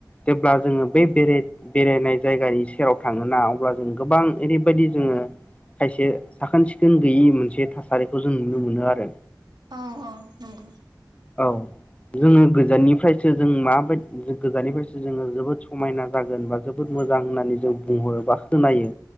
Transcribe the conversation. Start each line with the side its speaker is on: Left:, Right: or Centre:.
Left: जेब्ला जोङो बै बेराय बेरायनाय जायगानिसो सेराव थाङोना अब्ला जों गोबां ओरैबायदि जोङो खायसे साखोन सिखोन गैयि मोनसे थासारिखौ जों नुनो मोनो आरो।
Right: औ औ नंगौ।
Left: औ जोङो गोजाननिफ्रायसो जों मा बाय गोजाननिफ्रायसो जोङो जोबोद समायना जागोन बा जोबोद मोजां होननानै जों बुंहरोबा खोनायो